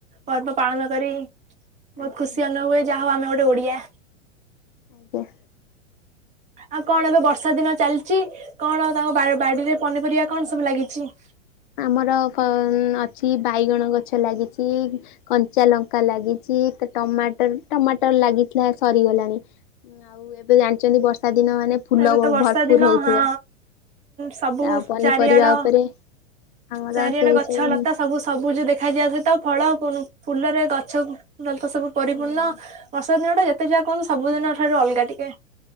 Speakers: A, on the right; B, on the left.
A: ପର୍ବ ପାଳନ କରି ବହୁତ
B: ଆଚ୍ଛା।
A: ଖୁସି ଅନୁଭ ହୁଏ ଯାହା ହଉ ଆମେ ଗୋଟେ ଓଡିଆ।
B: ଆଜ୍ଞା।
A: ଆଉ କଣ ଏବେ ବର୍ଷା ଦିନ ଚାଲିଛି କଣ ଆଉ ତାଙ୍କ ବା ବାଡିରେ ପନିପରିବା କଣ ସବୁ ଲାଗିଛି?
B: ଆମର କଁ ଅଛି ବାଇଗଣ ଗଛ ଲାଗିଛି। କଞ୍ଚା ଲଙ୍କା ଲାଗିଛି ତ ଟମାଟର ଟମାଟର ଲାଗିଥିଲା ସରିଗଲାଣି। ଆଉ ଏବେ ଜାଣିଛନ୍ତି ବର୍ଷା ଦିନ ମାନେ ଫୁଲ
A: ଏବେ ତ ବର୍ଷା
B: ଭର୍ପୁର
A: ଦିନ
B: ହଉଥିବ
A: ହଁ ସବୁ
B: ଆଉ ପନିପରିବା
A: ଚାରିଆଡ
B: ଉପରେ ଆମର
A: ଚାରିଆଡେ
B: ସେଇ
A: ଗଛ
B: ସବୁ
A: ଲତା
B: ଜିନିଷ
A: ସବୁ ସବୁଜ ଦେଖାଯିବା ସହିତ ଫଳ ଫୁ ଫୁଲରେ ଗଛର ତ ସବୁ ପରିପୂର୍ଣ୍ଣ।
B: ହୁଁ
A: ବର୍ଷ ଦିନଟା ଯେତେ ଯାହା କୁହନ୍ତୁ ସବୁ ଦିନ ଠାରୁ ଅଲଗା ଟିକେ।